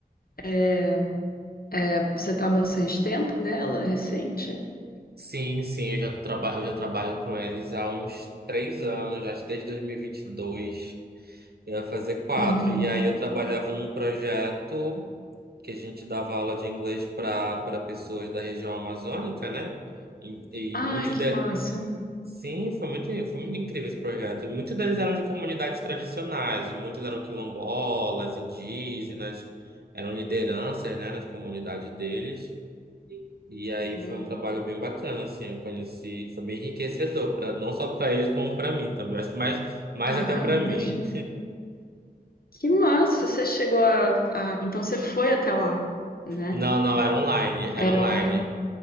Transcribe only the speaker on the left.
é, é, você tá há bastante tempo nela, recente?
Uhum.
Ai,
que
máximo.
Uhum.
Ah,
imagino.
Que massa, você chegou a, a... Então você foi até lá, né?
Eram